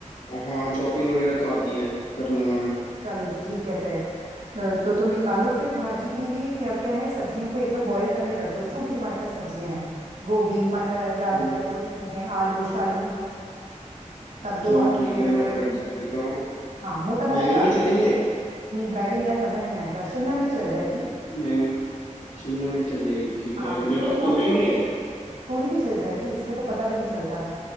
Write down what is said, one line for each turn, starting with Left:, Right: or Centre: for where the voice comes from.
Left: हाँ चॉपिंग वगैरह तो आती है कर लूंगा मैं
Right: चलो जी ठीक है फिर अ, तो तुम निकालो फिर भाजी के लिए क्या क्या है सब्जियों को एक बार बॉईल करने रख दो जो भी तुम्हारे पास सब्जियां हैं गोभी मटर गाजर
Left: चलो
Right: जो भी चीजें आलू शालू सब
Left: चलो
Right: दो आलू
Left: ठीक
Right: ले
Left: है
Right: लो
Left: मैं रख देता हूँ
Right: हाँ मोटा मोटा
Left: बैंगन
Right: काट
Left: भी चलेंगे
Right: लो नहीं बैगन यार मजा नहीं आएगा शिमला मिर्च चल जाएगी
Left: बैंगन शिमला मिर्च चल जाएगी ठीक
Right: हाँ
Left: है मेरे
Right: थोड़ी
Left: पास
Right: मोटे
Left: तोरी
Right: मोटे
Left: भी है
Right: तोरी भी चल जाएगी इसमें तो पता भी नहीं चलता